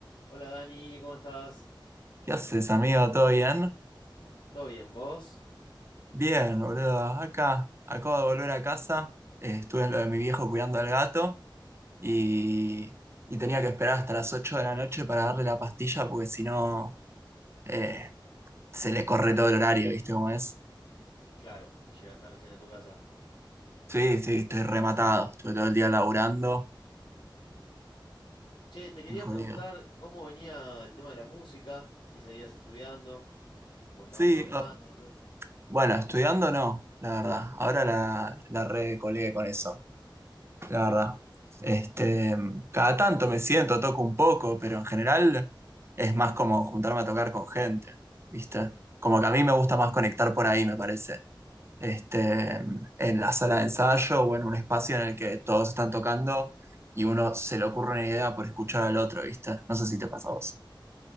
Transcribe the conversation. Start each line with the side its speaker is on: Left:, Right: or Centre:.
Left: Hola Dani, ¿cómo estás?
Right: ¿Qué haces, amigo? ¿Todo bien?
Left: ¿Todo bien, vos?
Right: Bien, boludo. Acá, acabo de volver a casa. eh, estuve en lo de mi viejo cuidando al gato y, y tenía que esperar hasta las 8 de la noche para darle la pastilla porque si no eh, se le corre todo el horario, ¿viste cómo es?
Left: Claro, y llegaste recién a tu casa.
Right: Sí, sí, estoy rematado. Estuve todo el día laburando.
Left: Che, te quería
Right: Muy jodido.
Left: preguntar cómo venía el tema de la música, si seguías estudiando o estabas
Right: Sí,
Left: trabajando,
Right: ah,
Left: no sé.
Right: bueno, estudiando no, la verdad. Ahora la, la recolegué con eso. la verdad. Este, cada tanto me siento, toco un poco, pero en general es más como juntarme a tocar con gente, ¿viste? Como que a mí me gusta más conectar por ahí, me parece. Este, en la sala de ensayo o en un espacio en el que todos están tocando y uno se le ocurre una idea por escuchar al otro, ¿viste? No sé si te pasa a vos.